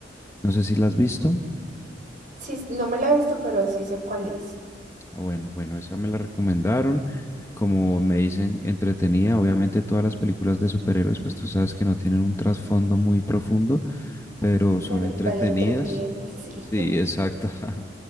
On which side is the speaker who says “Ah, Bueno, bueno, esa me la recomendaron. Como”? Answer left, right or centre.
Left